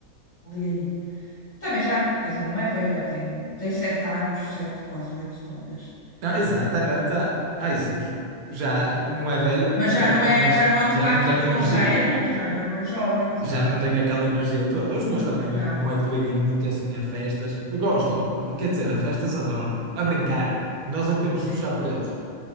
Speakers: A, on the left; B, on the right.
A: Não liga nenhuma. Também já, quer dizer, não é velha, tem, tem sete anos, sete, quase oito, talvez,
B: Ah, exato, a Ana,
A: por aí.
B: tá, ai, já já não é velha,
A: Mas
B: certo?
A: já não é,
B: Mas
A: já não é
B: já
A: um gato,
B: não tem energia.
A: não, já é adulto, já, já não é jovem, exato.
B: Já não tem aquela energia toda. Os meus também não,
A: Já,
B: não é que liguem muito assim a festas. Gostam, quer dizer, a festas adoram. A brincar. Nós é que temos
A: sim,
B: de puxar por eles.